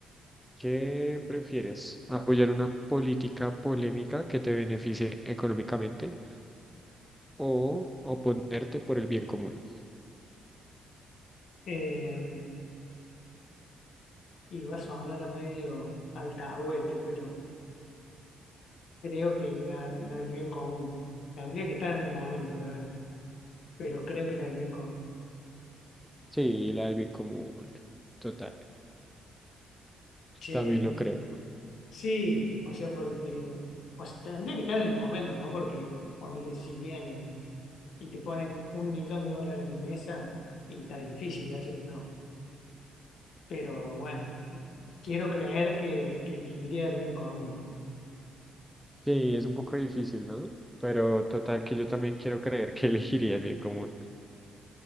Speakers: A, in the centre; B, on the left.
A: ¿Qué prefieres? ¿Apoyar una política polémica que te beneficie económicamente o oponerte por el bien común?
B: Eh, y vas a sonar medio alcahuete, pero creo que la, la del bien común. Tendría que estar en el momento, la verdad. Pero creo que la del bien común.
A: Sí, la del bien común. Total,
B: Che,
A: también lo creo.
B: Sí, o sea, porque o sea, tendría que estar en el momento, ¿no? Porque ponele si vienen y te ponen un millón de dólares en la mesa y está difícil de decir que no. Pero bueno, quiero creer que, que elegiría el bien común.
A: Sí, es un poco difícil, ¿no? Pero total que yo también quiero creer que <laughs> elegiría el bien común.